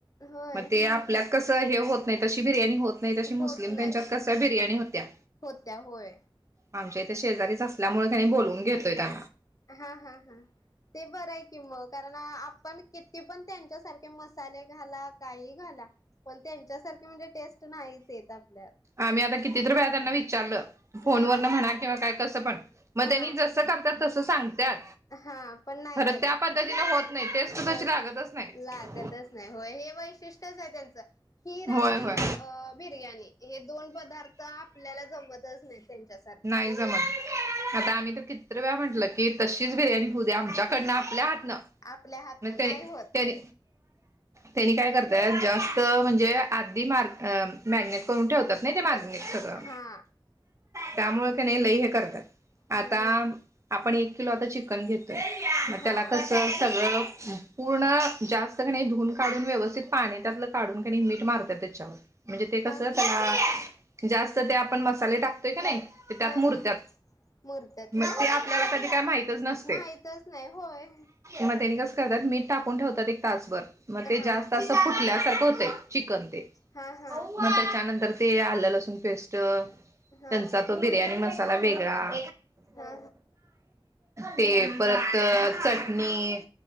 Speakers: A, on the left; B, on the right.
A: होय
B: मग ते आपल्या कस होत नाही तशी बिर्या हो नाही तशी
A: होत
B: मुस्लिम त्यांच्यात
A: नाही
B: कशऱ्या बिर्याणी होत्या
A: होत्या होय
B: आमच्या इथे शेजारीच असल्यामुळे त्यांनी बोलवून घेतोय आ
A: हा हा हा ते बरं आहे की मग कारण आपण किती पण त्यांच्यासारखे मसाले घाला काही घाला पण त्यांच्यासारखे म्हणजे टेस्ट नाहीच येत आपल्या
B: आम्ही आता कितीतरी वेळा त्यांना विचारलं फोनवरन
A: हा
B: म्हणा किंवा काय कसं पण मग
A: हा
B: त्यांनी तसं करत्यात तसं सांगत्यात
A: हा पण नाही
B: खरं
A: लागत
B: त्या पद्धतीने होत नाही टेस्ट तशी
A: हो
B: लागतच नाही
A: लागतच नाही होय हे वैशिष्ट्यच आहे त्यांचं खीर
B: होय
A: आणि
B: होय.
A: अ बिर्याणी हे दोन पदार्थ आपल्याला जमतच नाही त्यांच्यासारखे
B: नाही आता आम्ही तर कित्र वेळा म्हटलं की तशीच बिर्याणी होऊ दे्या आमच्या डन आपल्या हातनं
A: आपल्या हातनं
B: म त्यानी
A: नाही होत
B: त्यानी त्यांनी काय करताय जास्त म्हणजे आधी मार् अ मॅग्नेट करून ठेवतात नाही ते मॅग्नेट
A: खेर
B: सगळं
A: हा
B: त्यामुळे कनाही लई हे करतात
A: हम्म
B: आता आपण एक किलो आता चिकन घेतोय मग
A: हा.
B: त्याला कस सगळं पूर्ण जास्त कणे धुवून काढून व्यवस्थित पाणी त्यातलं काढून कनी मीठ मारत त्याच्यावर म्हणजे ते कस
A: हा
B: त्याला जास्त ते आपण मसाले टाकतोय कनाही ते त्यात
A: हा
B: मुरत्यात
A: हा मुरतात
B: मग
A: काय
B: ते आपल्याला कधी काय माहितच नसतय
A: माहितच नाही होय.
B: मग त्यानी कसं करतात मीठ टाकून ठेवतात एक तासभर मग
A: हा
B: ते जास्त फुटल्यासारखं होतंय चिकन ते
A: हा हा
B: मग त्याच्यानंतर ते आलं लसूण पेस्ट त्यांचा
A: हा हा
B: तो बिर्याणी मसाला वेगळा
A: हा
B: ते परत चटणी